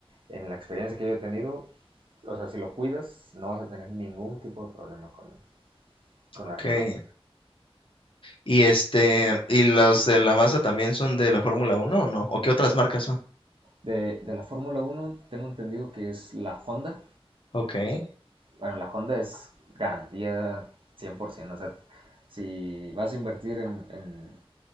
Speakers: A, on the right (about 60°); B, on the left (about 60°).
A: en la experiencia que yo he tenido, o sea, si lo cuidas, no vas a tener ningún tipo de problema con, con
B: ok.
A: la Renault.
B: Y este, ¿y los de la masa también son de la Fórmula Uno o no? ¿O qué otras marcas son?
A: De, de la Fórmula Uno tengo entendido que es la Honda,
B: Ok.
A: Bueno, la Honda es garantía 100%. O sea, si vas a invertir en, en-